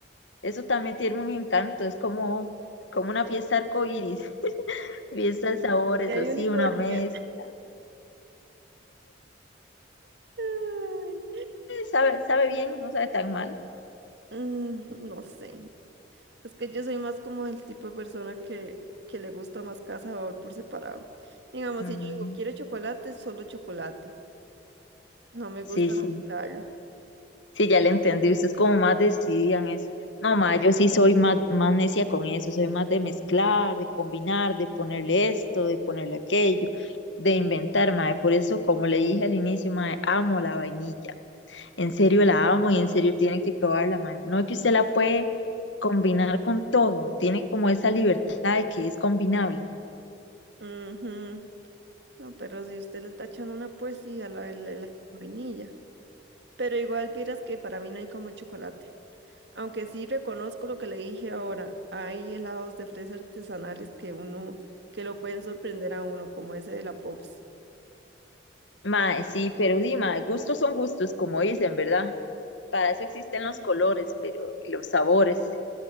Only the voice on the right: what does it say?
Y hay
unicornio.
Ay,
mm, no sé. Es que yo soy más como el tipo de persona que, que le gusta más cada sabor por separado. Digamos,
si yo digo quiero chocolate, solo chocolate. No me
gusta
mezclarlo.
Ujú. No, pero si usted le está echando una poesía a la, la- la vainilla. Pero igual vieras que para mí no hay como el chocolate. Aunque sí reconozco lo que le dije ahora. Hay helados de fresa artesanales que uno, que lo pueden sorprender a uno, como ese de la Pops.